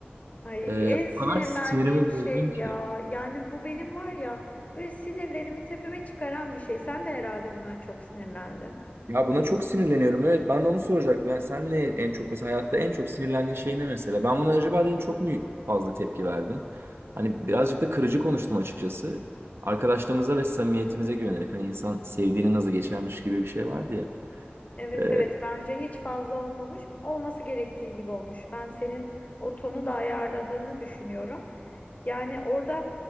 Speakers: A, on the left; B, on the right.
A: Ay
B: E,
A: en
B: o
A: sinirlendiğim
B: kadar sinirimi
A: şey
B: bozdun ki.
A: ya. Yani bu benim var ya böyle sinirlerimi tepeme çıkaran bir şey. Sen de herhalde buna çok sinirlendin.
B: Ya buna çok sinirleniyorum. Evet ben de onu soracaktım. Yani sen ne en çok mesela hayatta en çok sinirlendiğin şey ne mesela? Ben buna acaba dedim çok mu fazla tepki verdim? Hani birazcık da kırıcı konuştum açıkçası. Arkadaşlığımıza ve samimiyetimize güvenerek hani insan sevdiğine nazı geçermiş gibi bir şey vardı ya.
A: Evet
B: Ee,
A: evet bence hiç fazla olmamış. Olması gerektiği gibi olmuş. Ben senin o tonu da ayarladığını düşünüyorum. Yani orada